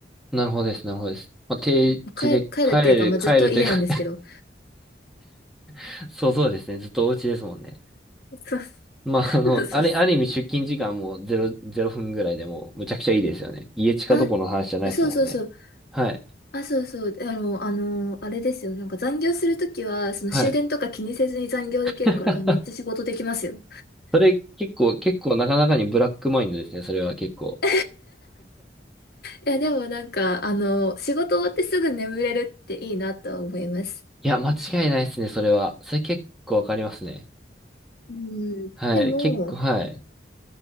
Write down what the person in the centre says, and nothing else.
なるほどです。なるほどです。まあ、定時で帰る、
帰るというか <laughs> そうそうですね。ずっとお家ですもんね。
まあ、あの、
あれ、ある意味出勤時間もう0、0分ぐらいでもうむちゃくちゃいいですよね。家近どこの話じゃないですもんね。
はい。
はい。<laughs>
それ結構、結構なかなかにブラックマインドですね。それは結構。
いや、間違いないですね。それは。それ結構わかりますね。
はい。
結構、はい。